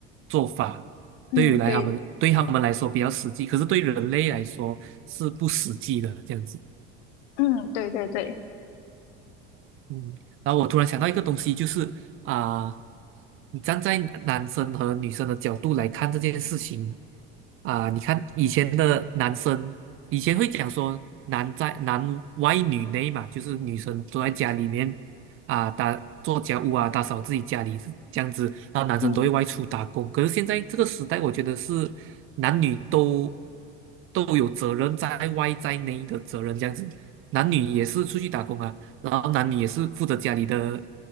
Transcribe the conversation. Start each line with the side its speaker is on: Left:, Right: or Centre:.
Right: 做法，
Left: 嗯，
Right: 对于来他们对他们来说比较实际，
Left: 对，
Right: 可是对人类来说是不实际的这样子。
Left: 嗯对对对，
Right: 嗯，然后我突然想到一个东西，就是啊、你站在男生和女生的角度来看这件事情啊、你看以前的男生，以前会讲说男在男外女内嘛，就是女生都在家里面啊、打做家务啊，打扫自己家里这样子，然后男生都会外出打工。
Left: 嗯
Right: 可是现在这个时代，我觉得是男女都都有责任在外在内的责任这样子。男女也是出去打工啊，然后男女也是负责家里的